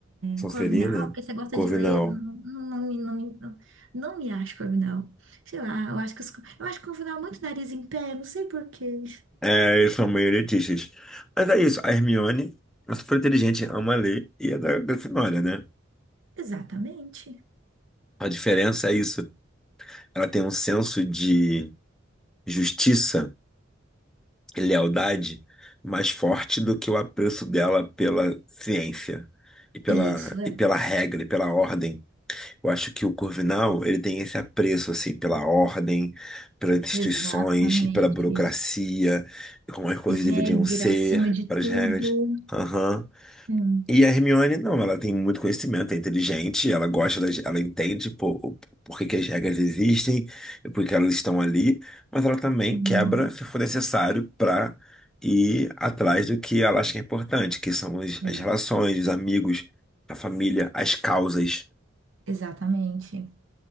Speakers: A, in the centre; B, on the right.
A: Sonserina,
B: é Corvinal, porque você gosta
A: Corvinal.
B: de ler, não, não, não, me- não, me- não, não me acho Corvinal. Sei lá, eu acho que os- eu acho Corvinal muito nariz em pé, não sei por quê.
A: É, eles são meio elitistas. Mas é isso, a Hermione é super inteligente, ama ler e é da Grifinória, né?
B: Exatamente.
A: A diferença é isso, ela tem um senso de justiça e lealdade mais forte do que o apreço dela pela ciência e pela,
B: É isso, é.
A: e pela regra e pela ordem. Eu acho que o Corvinal, ele tem esse apreço, assim, pela ordem, pelas instituições
B: Exatamente.
A: e pela burocracia, e como as coisas deveriam
B: Regra
A: ser,
B: acima de tudo.
A: pelas regras. Aham.
B: Hum,
A: E a Hermione, não, ela tem muito conhecimento, é inteligente, ela gosta das, ela entende por, o- por que que as regras existem e por que elas estão ali, mas ela também
B: hum,
A: quebra se for necessário para ir atrás do que ela acha que é importante, que são as,
B: é,
A: as relações, os amigos, a família, as causas.
B: exatamente.